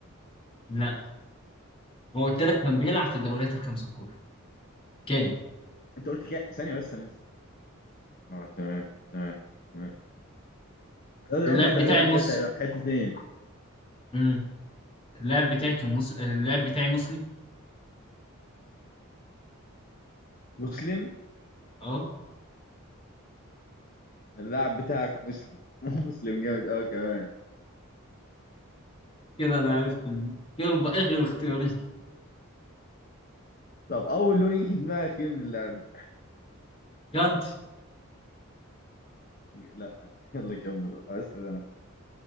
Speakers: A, on the left (about 25°); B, on the left (about 40°).
A: لا هو قلت لك كان بيلعب في الدوريات الخمسة الكبرى كان
B: انت قلت كام ثانيه بس انا لسه اه تمام تمام تمام ده دلوقتي
A: اللاعب
B: تقريبا
A: بتاعي مص
B: كده هيبقى في حتتين
A: امم اللاعب بتاعي كان مص اللاعب بتاعي مسلم
B: مسلم
A: اه
B: اللاعب بتاعك مسلم <laughs> مسلم جامد قوي كمان
A: كده انا عرفت مين. كده بقى إيه غير اختياري
B: طب اول لون يجي في دماغك ايه من اللعب
A: كانت
B: <laughs> لا يلا كمل اسال انا